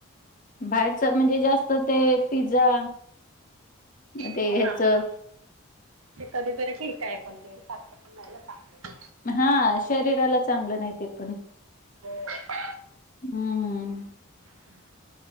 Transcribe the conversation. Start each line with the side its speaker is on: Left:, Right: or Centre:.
Left: बाहेरच म्हणजे जास्त ते पिझ्झा म ते
Right: हो
Left: ह्याच
Right: ना पण ते कधीतरी ठीक आहे पण ते सारखं पण नाही चांगलं
Left: हा शरीराला चांगलं नाही ते पण
Right: हो.
Left: हम्म हम्म
Right: हम्